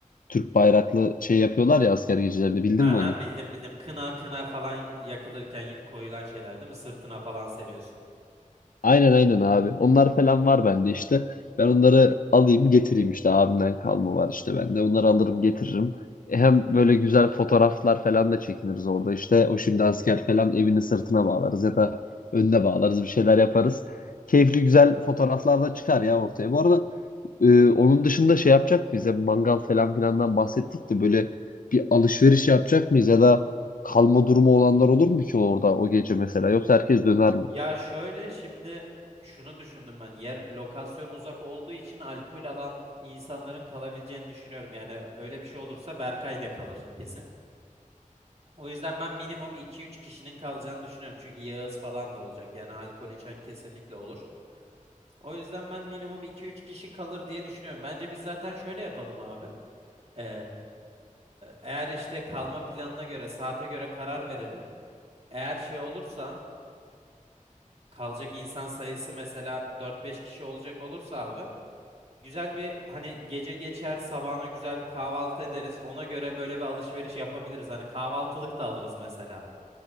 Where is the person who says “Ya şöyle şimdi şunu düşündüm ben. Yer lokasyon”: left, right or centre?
Right